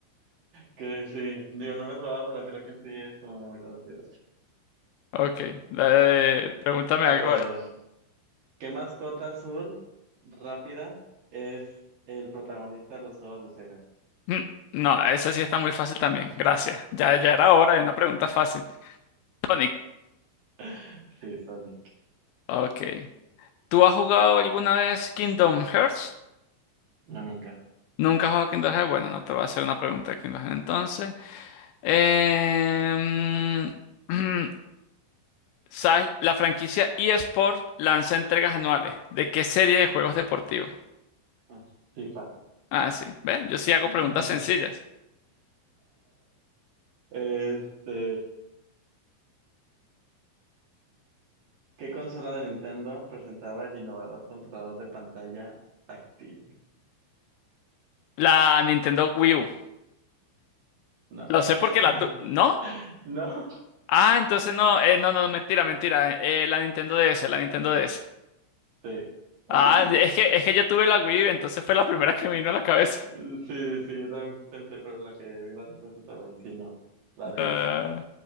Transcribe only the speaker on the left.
Ok, la de- pregúntame
algo.
Mm, No, esa sí está muy fácil también, gracias. Ya, ya era hora de una pregunta fácil. Sonic,
ok. ¿Tú has jugado alguna vez Kingdom Hearts?
¿Nunca has jugado Kingdom Hearts? Bueno, no te voy a hacer una pregunta de Kingdom Hearts entonces. Em, <clears throat> ¿Sabes? La franquicia eSport lanza entregas anuales. ¿De qué serie de juegos deportivos?
Ah, sí. ¿Ves? Yo sí hago
preguntas sencillas.
La Nintendo Wii U.
Lo sé porque
la tu... ¿No?
Ah, entonces no. Eh, no, no, no, mentira, mentira. Eh, la Nintendo DS, la Nintendo DS.
Ah,
es que, es que yo tuve la Wii entonces fue la primera que me vino a la cabeza.
Ah,